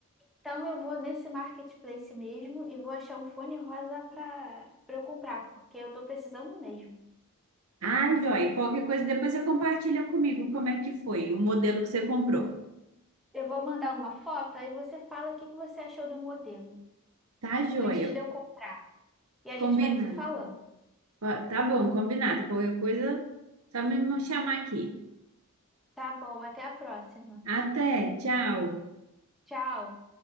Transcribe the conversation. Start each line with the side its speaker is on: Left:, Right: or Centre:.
Centre: Então eu vou nesse marketplace mesmo e vou achar um fone rosa para para eu comprar, porque eu tô precisando mesmo.
Right: Ah, joia. Qualquer coisa depois você compartilha comigo como é que foi o modelo que você comprou.
Centre: Eu vou mandar uma foto aí você fala o que que você achou do modelo
Right: Tá, joia.
Centre: antes de eu comprar. E a
Right: Combinado.
Centre: gente vai se falando.
Right: Ó, Tá bom, combinado. Qualquer coisa, só me chamar aqui.
Centre: Tá bom, até a próxima.
Right: Até, tchau.
Centre: Tchau.